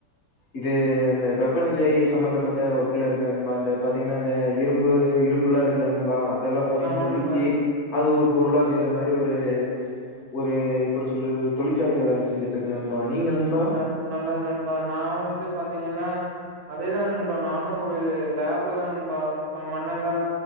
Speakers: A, on the left; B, on the right.
A: இது இந்த வெப்பநிலை சம்பந்தப்பட்ட ஒர்க்குல இருக்கே நண்பா இந்த பாத்தீங்கன்னா இந்த இரும்பு இரும்புலா இருக்குல நண்பா அதெல்லா பாத்தீங்கன்னா
B: ஆமா
A: உருக்கி
B: நண்பா
A: அது ஒரு பொருளா செய்ற மாரி ஒரு ஒரு எப்படி சொல்றது தொழிற்சாலையில வேலை செஞ்சு ட்ருக்கே நண்பா நீங்க நண்பா
B: நல் நல்லது நண்பா நா வந்து பாத்தீங்கன்னா அதேதா நண்பா நானு ஒரு லேப்ல தா நண்பா இப்ப மண்ணெல்லா